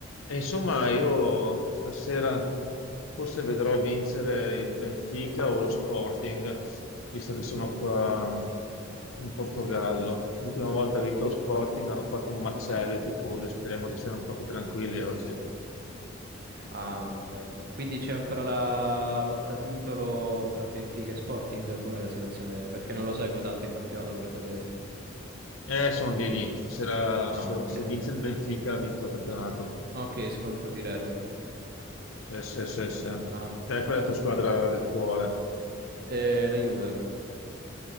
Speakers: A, on the left; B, on the right.
A: E insomma, io stasera forse vedrò vincere il Benfica o lo Sporting, visto che sono qua mm, in Portogallo. L'ultima volta ha vinto lo Sporting, hanno fatto un macello
B: Mhm.
A: i tifosi,
B: Sì. sì.
A: speriamo che siano un po' più tranquilli oggi.
B: Ah, va bene. Quindi c'è ancora la lotta titolo tra Benfica e Sporting? Com'è la situazione? Perché non lo seguo tanto il campionato portoghese.
A: Eh, sono lì lì. Stasera
B: Ah,
A: se,
B: ok.
A: se vince il Benfica ha vinto il campionato.
B: Ok, scontro diretto.
A: Sì, sì, sì, sì.
B: Ah.
A: Te qual è la tua squadra del cuore?
B: Eh, la Juve,